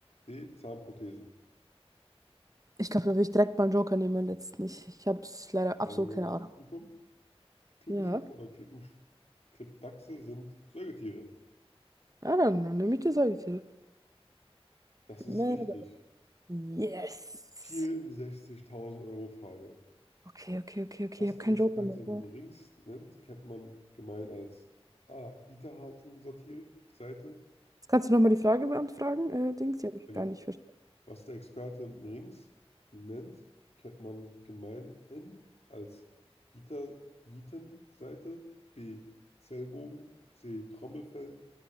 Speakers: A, on the left (about 80°); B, on the right (about 35°).
A: D. Zahnprothesen.
B: Ich glaube, da würde ich direkt mal einen Joker nehmen, meinen letzten. Ich, ich habe es leider absolut
A: Haben wir jemanden
B: keine
A: aus
B: Ahnung.
A: dem Publikum? Klippenschlüpfer
B: Ja.
A: oder Klippen, Klippdachse sind Säugetiere.
B: Ja, dann, dann nehme ich die Säugetiere.
A: Das ist
B: Mörder.
A: richtig.
B: Yes.
A: 64.000 Euro Frage.
B: Okay, okay, okay, okay.
A: Was
B: Ich habe
A: der
B: keinen
A: Experte
B: Joker mehr.
A: Rings
B: oder?
A: nennt, kennt man gemein als A. Gitterhasen-Satire-Seite.
B: Jetzt kannst du nochmal die Frage beantworten, fragen, äh, Dings, die habe ich
A: Genau.
B: gar nicht verstanden.
A: Was der Experte Rings nennt, kennt man gemeinhin als Gitter, Gitenseite. B. Zellbogen. C. Trommelfell.